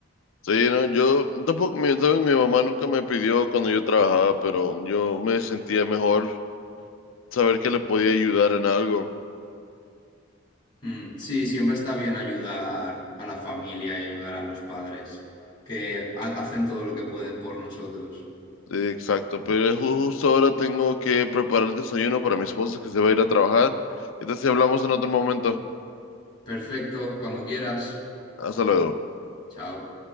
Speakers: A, on the left; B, on the left.
A: Sí, no, yo tampoco, mi- sabes, mi mamá nunca me pidió cuando yo trabajaba, pero yo me sentía mejor saber que le podía ayudar en algo.
B: Mm, Sí, siempre está bien ayudar a la familia y ayudar a los padres, que ha- hacen todo lo que pueden por nosotros.
A: Sí, exacto, pero ju- justo ahora tengo que preparar el desayuno para mi esposa que se va a ir a trabajar. ¿Qué tal si hablamos en otro momento?
B: Perfecto, cuando quieras.
A: Hasta luego.
B: Chao.